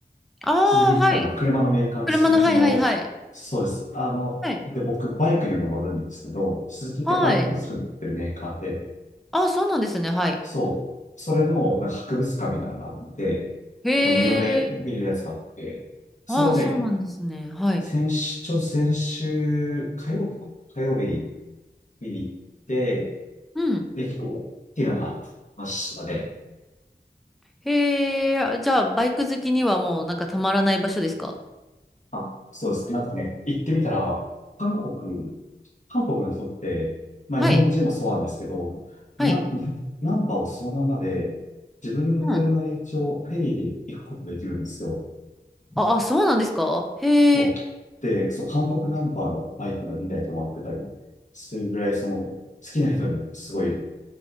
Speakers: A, in the centre; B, on the left.
A: ああ、
B: スズキってあの、
A: はい。
B: 車のメーカーのスズキの、
A: 車の、はいはいはい。
B: そうです。あの、
A: はい。
B: で、僕、バイクにも乗るんですけど、スズキってバイクも作ってるメーカーで、
A: はい。ああ、そうなんですね。はい。
B: そう、それの、なんか博物館みたいなのがあって、
A: へ
B: しかも無料で見れるやつがあって、
A: え。
B: それをね、
A: ああ、そうなんですね。はい。
B: 先週、ちょうど先週、火曜日か、火曜日に見に行って、
A: うん。
B: で、結構、っていうのがありましたね。
A: へえ。じゃあ、バイク好きにはもう、なんかたまらない場所ですか
B: あ、そうですね。なんかね、行ってみたら、韓国、韓国の人って、まあ日本人もそうなんですけど、
A: はい。
B: な、
A: はい。
B: ナンバーをそのままで、自分の車で一応フェリーで行くことができるんですよ。
A: うん。あ、あ、そうなんですかへえ。
B: おで、そう、韓国ナンバーのバイクが2台止まってたりするぐらい、その、好きな人にはすごい